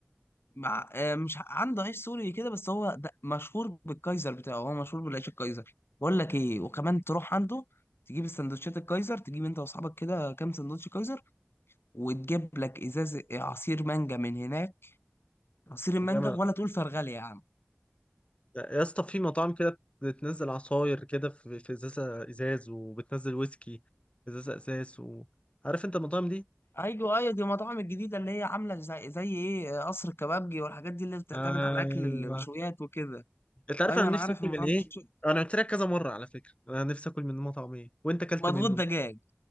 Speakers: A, on the left; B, on the left.
A: مع آه، مش ع- عنده عيش سوري كده بس هو ده مشهور بالكايزر بتاعه هو مشهور بالعيش الكايزر بقول لك ايه وكمان تروح عنده تجيب السندوتشات الكايزر تجيب انت واصحابك كده كام سندوتش كايزر وتجيب لك ازاز عصير مانجا من هناك عصير المانجا
B: جامد
A: ولا تقول فرغلي يا عم
B: يا اسطى في مطاعم كده بتنزل عصاير كده في في ازازه ازاز وبتنزل ويسكي في ازازه ازاز و... عارف انت المطاعم دي
A: ايوه ايوه دي المطاعم الجديده اللي هي عامله زي, زي ايه قصر الكبابجي والحاجات دي اللي بتعتمد
B: ايوه
A: على اكل المشويات وكده
B: انت عارف
A: ايوه
B: انا نفسي
A: انا عارف
B: اكل
A: المطاعم
B: من ايه
A: دي شو-
B: انا قلت لك كذا مره على فكره انا نفسي اكل من مطعم ايه وانت اكلت
A: مضغوط
B: منه
A: دجاج